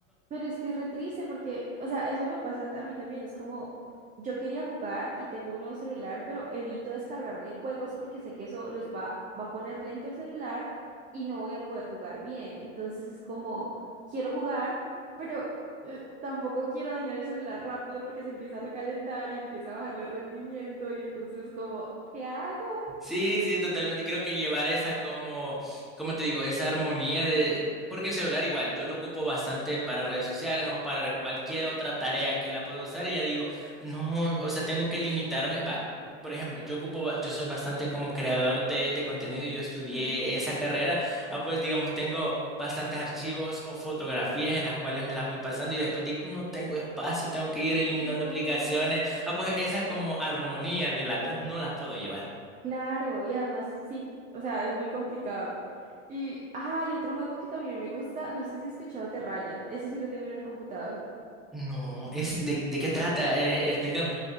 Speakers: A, on the right (about 20°); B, in the centre.
A: Pero es que es re triste porque, o sea, eso me pasa a mí también. Es como, yo quería jugar y tengo un nuevo celular, pero evito descargarle juegos porque sé que eso los va, va a poner lento el celular y no voy a poder jugar bien. Entonces es como, quiero jugar, pero eh, tampoco quiero dañar el celular rápido porque se empieza a recalentar y empieza a bajarle rendimiento y entonces como, ¿qué hago?
B: Sí, sí, totalmente. Creo que llevar esa como, como te digo, esa armonía de, porque el celular igual, yo lo ocupo bastante para redes sociales o para cualquier otra tarea que la pueda usar y ya digo, no, o sea, tengo que limitarme. Va, por ejemplo, yo ocupo, ba- yo soy bastante como creador de, de contenido, yo estudié
A: Ujú.
B: esa carrera, ah, pues digamos, tengo bastantes archivos o fotografías en las cuales me las voy pasando y después digo, no tengo espacio, tengo que ir eliminando
A: No.
B: aplicaciones. Ah, pues esa como armonía de las dos no las puedo llevar.
A: Claro, y además sí, o sea, es muy complicado. Y hay otro juego que también me gusta, no sé si has escuchado Terraria, ese sí lo tengo en el computador.
B: No, es
A: ¿No
B: de,
A: has escuchado
B: ¿de qué trata?
A: Terraria?
B: Eh, explícame.